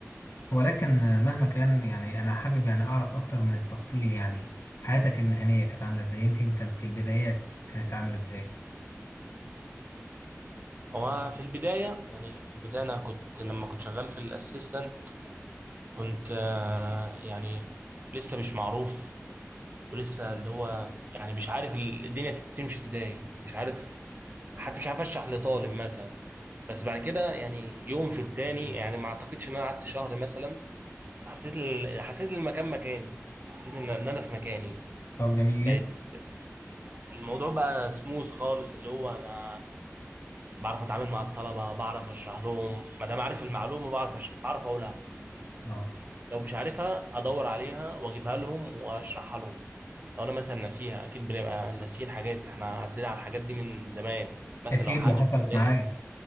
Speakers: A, on the left (about 60°); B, on the right (about 35°).
A: ولكن آه، مهما كان يعني أنا حابب يعني أعرف أكتر من التفصيل يعني حياتك المهنية كانت عاملة إزاي يمكن كان في البدايات كانت عاملة إزاي
B: هو في البداية يعني في البداية أنا كنت لما كنت شغال في الأسيستنت كنت آه، يعني لسه مش معروف ولسه اللي هو يعني مش عارف ال- الدنيا تمشي إزاي مش عارف حتى مش عارف أشرح لطالب مثلا بس بعد كده يعني يوم في التاني يعني ما أعتقدش إن أنا قعدت شهر مثلا حسيت ال- حسيت إن المكان مكاني حسيت إن إن أنا في مكاني
A: طب جميل
B: بقيت
A: جدا
B: الموضوع بقى سموث خالص اللي هو أنا بعرف اتعامل مع الطلبه بعرف اشرح لهم ما دام عارف المعلومه بعرف أش... بعرف اقولها
A: أه
B: لو مش عارفها ادور عليها واجيبها لهم واشرحها لهم لو انا مثلا ناسيها اكيد بنبقى ناسيين حاجات احنا عدينا على الحاجات دي من زمان مثلا
A: أكيد
B: لو حاجه
A: وحصلت
B: في ابتدائي
A: معايا